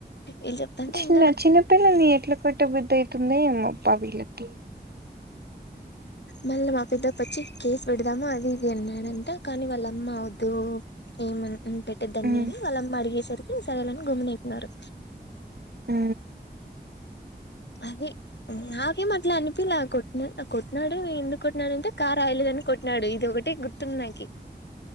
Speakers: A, on the left (about 75°); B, on the right (about 65°).
A: వీళ్ళు చెప్తాంటే
B: చిన్న
A: వింటాను
B: చిన్నపిల్లల్ని ఎట్లా కొట్టబుద్ధి అబ్బా వీళ్లకి
A: మళ్ళీ మా పెద్ద ప వచ్చి కేసు పెడదామా అది ఇది అన్నాడంట కానీ వాళ్ళ అమ్మ అవద్దు ఏమని. పెట్టే దాన్ని
B: మ్
A: అళ్ళ అడిగేసారు. సరేలే అని గమ్మన ఐపోనారు
B: అ
A: అది నాకేం అట్లా అనిపిలా కొట్టినా కొట్టినాడు ఎందుకు కొట్టినాడుంటే కార్ రాయలేదని కొట్టిడు ఇది ఒకటి గుర్తుంది నాకి.